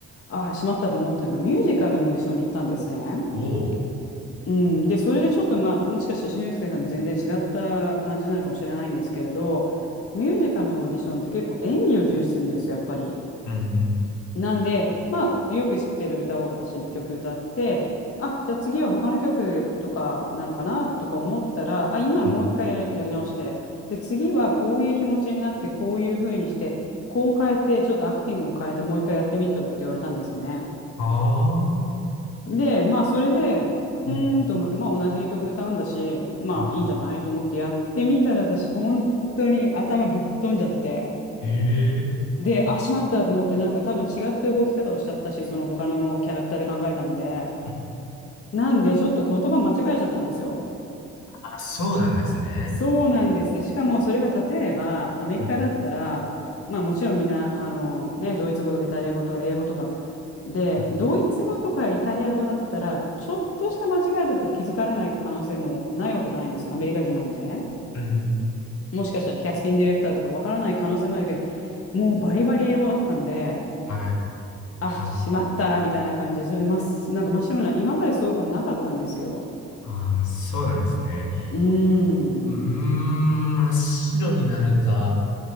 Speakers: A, on the left; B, on the left.
A: ああ、しまったと思ったのが、ミュージカルのオーディションに行ったんですね。
B: おお。
A: うん、で、それでちょっとまあ、もしかしたら俊介さんと全然違った感じなのかもしれないんですけれど、ミュージカルのオーディションって結構演技を重視するんですよ、やっぱり。
B: うんうん。
A: なんで、まあ、よく知ってる歌を私一曲歌って、あ、じゃあ次は他の曲とかなのかなとか思ったら、あ、今のもう一回やりやり直して、
B: はい。
A: で、次はこういう気持ちになって、こういう風にして、こう変えて、ちょっとアクティングを変えて、もう一回やってみてとかって言われたんですよね。
B: ああ。
A: で、まあ、それで、
B: うん
A: うーんと思って、まあ、同じ曲歌うんだし、まあ、
B: うん。
A: いいんじゃないと思ってやってみたら、私、本当に頭ぶっ飛んじゃって、
B: へえ。
A: で、あ、しまったと思って、なんか多分違った動き方をしちゃったし、その他のキャラクターで考えたので、
B: うん
A: なんで、ちょっと言葉間違えちゃったんですよ。
B: あ、そうなんですね。
A: そうなんですね。しかもそれが例えばアメリカだったら、
B: うん
A: まあもちろんみんな、あのね、ドイツ語とかイタリア語とか英語とかで、
B: うん。
A: ドイツ語とかイタリア語だったら、ちょっとした間違いだったら気づからない可能性もないわけじゃないんですよ。アメリカ人なんで。
B: うん。
A: もしかしたらキャスティングディレクターとかわからない可能性もあるけど、もうバリバリ英語だったんで、
B: はい。
A: あ、
B: あ、
A: しまったみたいな感じで、それでまっす、なんか真っ白な、今までそういうことなかったんですよ。
B: あー、そうなんですね。
A: うーん。
B: うーん、真っ白になるか。